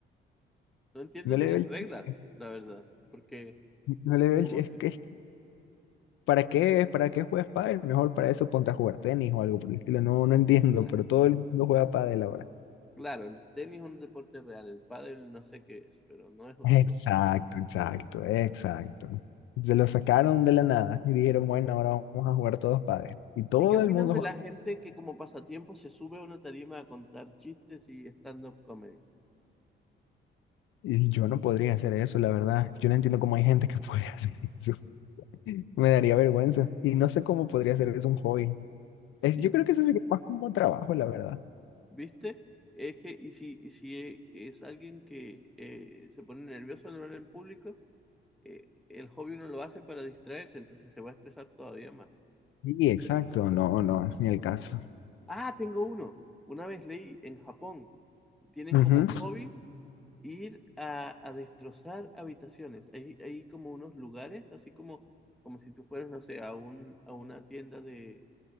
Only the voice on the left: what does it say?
no
le veo
el
chiste,
<laughs> no le veo
el, chi- es
que, es ¿Para qué, para qué juegas pádel? Mejor para eso ponte a jugar tenis o algo por el estilo. No, no entiendo,
pero todo el mundo juega pádel ahora.
Exacto,
exacto, exacto. Se lo sacaron de la nada y dijeron, bueno, ahora vamos a jugar todos pádel. Y todo
el mundo
juega.
Y yo no podría hacer eso, la verdad. Yo no entiendo cómo hay gente que puede <laughs> hacer eso. Me daría vergüenza. Y no sé cómo podría hacer eso un hobby.
Es, yo creo que eso sería más como trabajo, la verdad.
Sí, exacto. No, no, ni el caso.
Ujú.